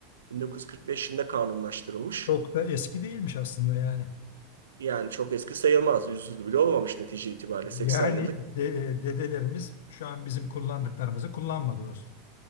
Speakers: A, on the right; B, on the left.
A: 1945 yılında kanunlaştırılmış.
B: Çok da eski değilmiş aslında yani.
A: Yani çok eski sayılmaz. Yüzyıl bile olmamış netice itibariyle. 80
B: Yani
A: yıllık.
B: de- e, dedelerimiz şu an bizim kullandıklarımızı kullanmadı dostum.